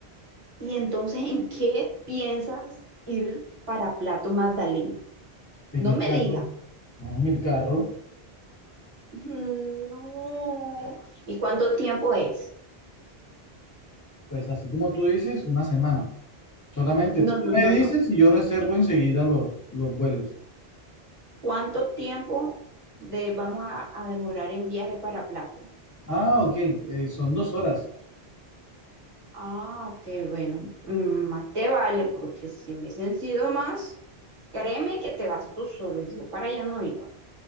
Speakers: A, on the right; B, on the left.
A: Y entonces, ¿en qué piensas ir para Plato Magdalena?
B: en
A: No
B: el
A: me
B: carro.
A: digas,
B: No en el carro,
A: no. ¿Y cuánto tiempo es?
B: pues así como tú dices, una semana. Solamente
A: No,
B: tú
A: no,
B: me
A: no, no.
B: dices y yo reservo enseguida los, los vuelos.
A: ¿Cuánto tiempo de, vamos a, a demorar en viaje para Plato?
B: Ah, ok, eh, son dos horas.
A: Ah, ok, bueno, mm, más te vale, porque si hubiesen sido más, créeme que te vas tú solo, yo para allá no iba.